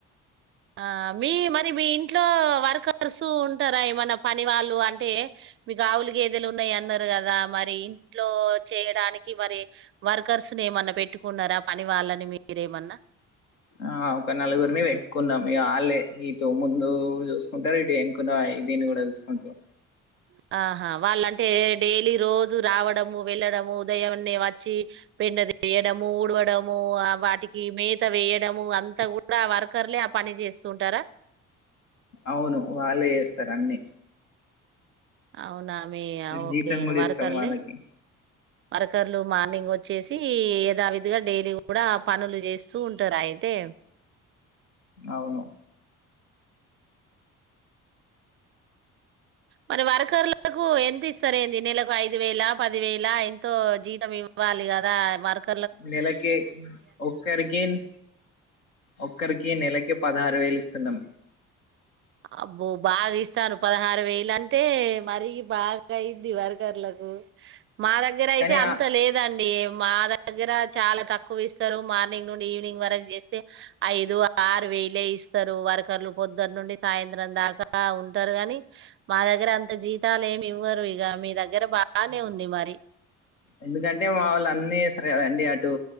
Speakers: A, on the right (about 30°); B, on the left (about 80°).
A: ఆ మీ మరి మీ ఇంట్లో వర్కర్స్ ఉంటారా ఏమన్నా పని వాళ్ళు అంటే మీకు ఆవులు గ ఏదెలు ఉన్నాయి అన్నారు కదా మరి ఇంట్లో చేయడానికి మరి వర్కర్స్ ని ఏమన్నా పెట్టుకున్నారా పని వాళ్ళని మీరేమన్నా
B: ఆ ఒక నలుగురిని పెట్టుకున్నాం మీ ఆళ్ళే ఇ తో ముందు జూస్కుంటరు ఇటు ఎన్కున్న దీన్ని గూడా జూస్కుంట్రు.
A: అ అ వాళ్ళంటే డేలీ రోజు రావడము వెళ్లడము ఉదయవన్నే వచ్చి పెన్ను తీయడము ఊడ్వడము ఆ వాటికి మేత వేయడము అంత గూడా అ వర్కర్లే ఆ పని జేస్తుంటారా.
B: ఔను వాళ్ళు జేస్సరన్ని.
A: అవ్ నామి ఇగ ఓకేన్
B: జీతం కూడా
A: వర్కర్లే.
B: ఇస్తాం వాళ్ళకి
A: వర్కర్లు మార్నింగొచ్చేసి యధావిధిగా డైలీ గూడా ఆ పనులు జేస్తూ ఉంటరైతే.
B: ఔను
A: మరి వర్కర్లకు ఎంతిస్తారేంది నెలకు ఐదువేలా పదివేలా ఎంతో జీతమివ్వాలి గదా వర్క్.
B: నెలకే ఒక్కరికీన్ ఒక్కరికే నెలకి పదారువేలిస్తున్నాం.
A: అబ్బో బాగిస్తారు పదహారువేలంటే మరీ బాగైంది వర్కర్లకు. మా దగ్గరైతే
B: కానీ
A: అంత లేదన్. ఏ మా దగ్గర చాలా తక్కువిస్తరు మార్నింగ్ నుండి ఈవినింగ్ వరక్ జేస్. తె ఐదు ఆర్ వేల్. లె ఇస్తరు వర్కర్లు పొద్దన్నుండి. సాయంత్రం దాకా ఉంటరు గానీ మా దగ్గర అంత జీతాలేమివ్వరు ఇగ మీ దగ్గర బానే ఉంది మరి.
B: ఎందుకంటే మావోళ్ళన్నీ జేస్. తర్ గదండి అటు